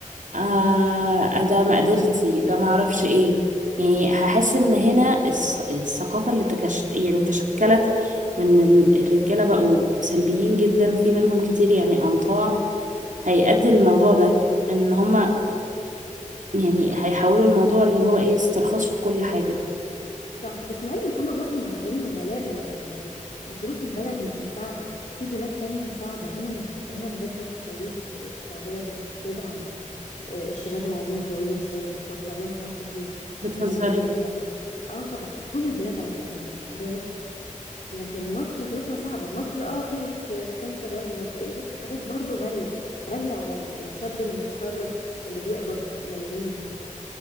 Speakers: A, on the right; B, on the left.
A: آه آه، ده مقدرتي ده معرفش إيه يعني هحس إن هنا الث- الثقافة اللي تكش... يعني تشكلت من ال- الرجالة بقوا سلبيين جدا وفي منهم كتير يعني أنطاع هيؤدي الموضوع ده ان هما يعني هيحولوا الموضوع اللي هو ايه استرخاص في كل حاجة
B: صح بس مع علمك هما برضو معذورين وغلابة يعني ظروف البلد مش مساعدة في بلاد تانية مساعدة هنا مت... هنا بجد ما تتخيليش الس- السعودية بت... بتدعم آه، الشباب اللي عايزين يتجوزوا ازاي وبتوفر لهم حاجات كتير
A: بتهزري
B: لكن اه طبعا في كل البلاد على فكرة مش السعودية بس لكن مصر ظروفها صعبة مصر اه في اس- اسكان شباب ومدري ايه بس حاجات برضو غالية غالية على ال- الشاب اللي متخرج اللي بيقبض ملاليم